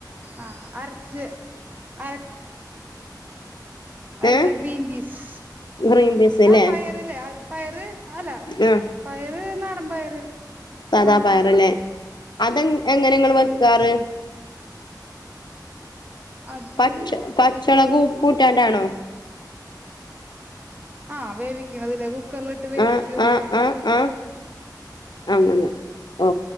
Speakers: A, on the right (about 25°); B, on the left (about 80°).
A: ആ അരച്ച് അര അല്ല
B: ഏ
A: ഗ്രീൻ പീസ്
B: ഗ്രീൻ പീസ്
A: ആ
B: ല്ലേ
A: പയറ്ല് അത് പയറ് ആല
B: ആ
A: പയറ് നാടൻ പയറ്
B: സാദാ
A: ഉണക്കാ
B: പയറ്ല്ലേ അതെ എങ്ങ് എനെങ്ങള് വെക്കാറ്
A: അത്
B: പച്ച പച്ചളകും ഉപ്പ് ഇട്ടാണ്ടാണോ
A: ആഹ് വേവിക്കണതിലേ ക്കറിലിട്ട് വേവിക്കൂ
B: ആ
A: അങ്ങനെ
B: ആ ആ ആ അങ്ങനെ ഓ